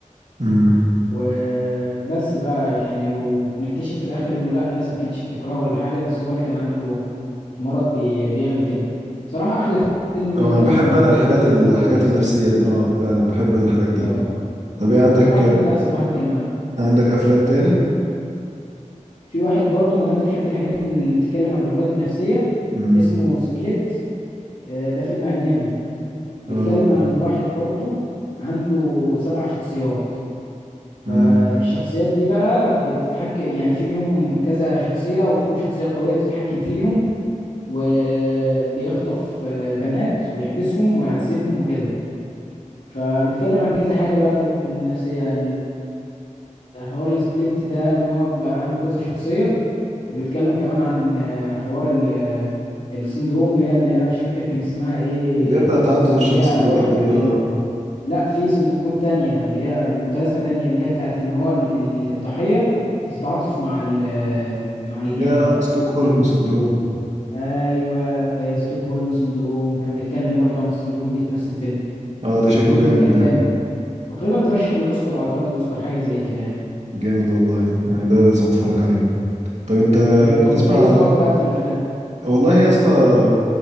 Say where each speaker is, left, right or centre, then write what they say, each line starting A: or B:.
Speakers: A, on the right; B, on the left.
A: امم
B: وبس بقى يعني وبنكتشف في الاخر انه لا الناس ما كانتش بتكرهه ولا حاجة بس هو اللي كان عنده مرض بي... بيعمل كده بصراحة أحلى فيلم
A: اه
B: اتكلم
A: انا بحب
B: عن
A: انا الحاجات
B: ال- الأمراض
A: الحاجات
B: النفسية
A: النفسيه دي اه فعلا بحب انا الحاجات دي
B: اه
A: طب ايه عندك
B: هو بصراحة الفيلم ده أحسن واحد اتكلم عنه
A: عندك افلام تاني
B: في واحد برضو مادام بتحب الحاجات اللي بتتكلم عن الأمراض النفسية
A: امم
B: اسمه سبليت ده فيلم أجنبي بيتكلم
A: اه
B: عن واحد برضو عنده سبع شخصيات فالشخصيات
A: امم
B: دي بقى بتتحكم يعني فيهم كذا شخصية وفيهم شخصية قوية بتتحكم فيهم وبيخطف آه، بنات ويحبسهم ويعذبهم وكده فبيتكلم عن كذا حاجة بقى في النفسية الحوار السبليت ده ان هو بقى عنده كذا شخصية وبيتكلم كمان عن آه، حوار ال آه، السندروم هي اللي هي مش فاكر كان اسمها ايه
A: دي بتاع تعدد
B: س-
A: الشخصيات
B: اللي هي الواحد
A: دي اه
B: ال- لا في سندروم تانية اللي هي المتلازمة تانية اللي هي بتاعت ان هو ال- ال- الضحية بتتعاطف مع ال- آه، مع الجاني
A: يا ستوكهولم سندروم
B: ايوه آه، ستوكهولم سندروم كان بيتكلم برضو عن السندروم دي في نفس الفيلم
A: اه ده شكله
B: الفيلم
A: جامد
B: ده كان
A: ده
B: جامد تقريبا ترشح للاوسكار او خد الاوسكار حاجة زي كده يعني
A: جامد والله آه، لا لازم اتفرج عليه طب انت
B: حلو طب
A: بتسمع
B: انت ايه ذوقك بقى في الافلام
A: والله يا اسطى